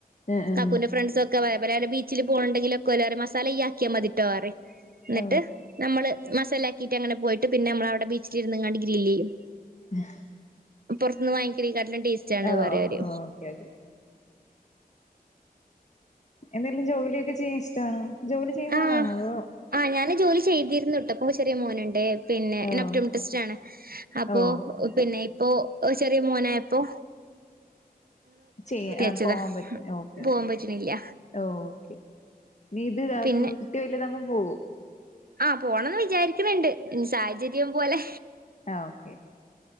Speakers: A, on the left; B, on the right.
A: ആഹ് ആഹ്
B: കക്കൂന്റെ ഫ്രെ ഫ്രണ്ട്സൊക്കെ പറയാ ബല് ബീച്ചില് പോണ്ണ്ണ്ടെങ്കിലൊക്കോലറയും മസാല ഇയ്യാക്കിയാ മതിട്ടോ പറയും ഇന്നിട്ട്
A: ഓ
B: നമ്മള് മസാലാക്കിയിട്ടങ്ങനെ പോയിട്ട് പിന്നമ്മളവിടെ ബീച്ചിലിരുന്ന്ങ്ങാണ്ട് ഗ്രില്ലെയ്യും
A: അഹ്
B: പൊറത്തുന്ന് വാങ്ങിക്കണയില് കാട്ടിലും ടേസ്റ്റാണ്
A: ഓ
B: പറയവിര്
A: ഓ ഓക്കെ ഓക്കെ എന്തേലും ജോലിയൊക്കെ ചെയ്യാൻ ഇഷ്ടാണോ ജോലി ചെയ്യുന്ന
B: ആഹ്
A: ആളാണോ അതോ
B: ആഹ് ഞാന് ജോലി ചെയ്തിരുന്നൂട്ട്പ്പൊ ചെറിയ മോന്ണ്ട് പിന്നെ
A: ഓ
B: ഞാന് ഒഫ് തോമെപ്ടിസ്റ്റാണ് അപ്പോ
A: ഓ
B: പിന്നെ ഇപ്പോ ചെറിയ മോനായപ്പൊ
A: ചെയ്യാ
B: വെച്ചതാ
A: പോവാൻ പറ്റ് ഓക്കെയോക്കെയോക്കെ
B: പോവാൻ പറ്റണില്ല
A: ഓക്കെ നീ ഇതാതാക്കു
B: പിന്നെ
A: കുട്ടി വല്താകുമ്പൊ പോകും
B: ആഹ് പോണംന്ന് വിചാരിക്ക്ന്ന്ണ്ട് ഇനി സാഹചര്യം പോലെ
A: ആ ഓക്കെ